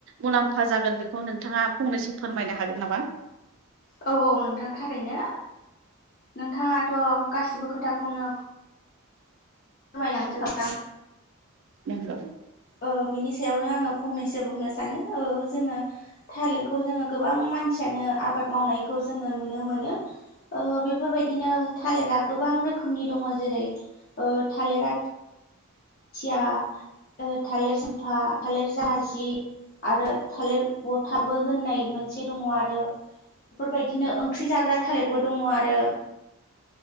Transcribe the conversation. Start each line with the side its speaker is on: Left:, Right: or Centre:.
Right: मुलाम्फा ज जागोन बेखौ नोंथाङा फंनैसो फोरमायनो हागोन नामा?
Left: औ औ नोंथां थारैनो नोंथाङाथ' गासिबो खोथाखौनो फोरमायलांजोब <unintelligible>
Right: नंगौ
Left: ओ बिनि सायावनो आङो फंनैसो बुंनो सानो औ जोङो थालिरखौ जोङो गोबां मानसिया जोङो आबाद मावनायखौ जोङो नुनो मोनो ओ बेफोरबायदिनो थालिरा गोबां रोखोम रोखोमनि दङ जेरै ओ थालिर आथि थिया ओ थालिर सामफा थालिर जाहाजि आरो थालिर बथाबो होननाय मोनसे दङ आरो। बेफोरबायदिनो ओंख्रि जाग्रा थालिरबो दङ आरो।